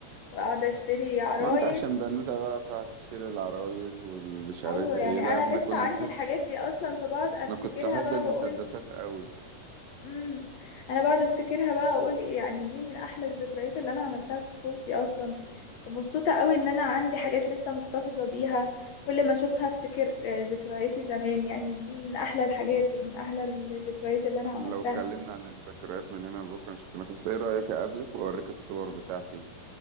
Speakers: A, on the left (about 65°); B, on the right (about 80°).
A: واقعد اشتري عرايس
B: ما انت عشان بنوتة بقى فهتشتري العرايس والمش عارف
A: ايوه يعني
B: ايه لا
A: انا
B: احنا
A: لسه
B: كنا
A: عندي
B: نحب
A: الحاجات دي اصلا فبقعد افتكرها
B: انا كنت احب
A: بقى
B: المسدسات
A: واقول
B: قوي
A: امم انا بقعد افتكرها بقى واقول إيه يعني دي من احلى الذكريات اللي انا عملتها في طفولتي اصلا فمبسوطة قوي ان انا عندي حاجات لسه محتفظة بيها كل ما اشوفها افتكر آه، ذكرياتي زمان يعني دي من احلى الحاجات ومن احلى الذكريات اللي انا
B: احنا
A: عملتها
B: لو اتكلمنا عن الذكريات من هنا لبكره مش هنخلص ايه رأيك اقابلك واوريك الصور بتاعتي